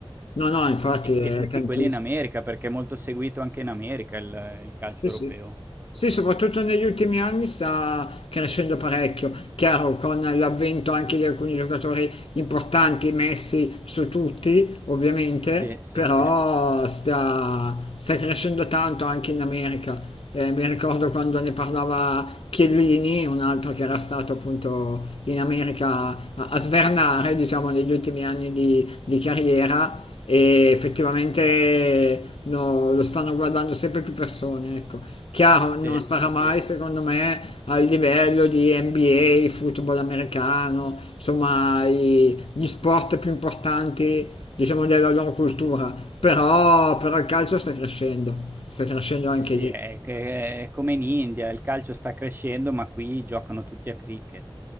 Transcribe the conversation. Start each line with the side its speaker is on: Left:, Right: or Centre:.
Left: No, no,
Right: e
Left: infatti
Right: e
Left: è
Right: e tutti
Left: tantissimo.
Right: quelli in America, perché è molto seguito anche in America il il calcio
Left: Sì,
Right: europeo.
Left: sì. Sì, soprattutto negli ultimi anni sta crescendo parecchio, chiaro con l'avvento anche di alcuni giocatori importanti messi su tutti, ovviamente,
Right: Sì, sì,
Left: però
Right: sì.
Left: sta, sta crescendo tanto anche in America. Eh, mi ricordo quando ne parlava Chiellini, un altro che era stato appunto in America a, a svernare, diciamo, negli ultimi anni di, di carriera, e effettivamente no, lo stanno guardando sempre più persone, ecco. Chiaro,
Right: Sì,
Left: non sarà
Right: sì,
Left: mai,
Right: sì.
Left: secondo me, al livello di NBA, football americano, insomma, i- gli sport più importanti, diciamo, della loro cultura, però, però il calcio sta crescendo, sta crescendo
Right: Sì,
Left: anche
Right: sì,
Left: lì.
Right: è che è come in India, il calcio sta crescendo, ma qui giocano tutti a cricket.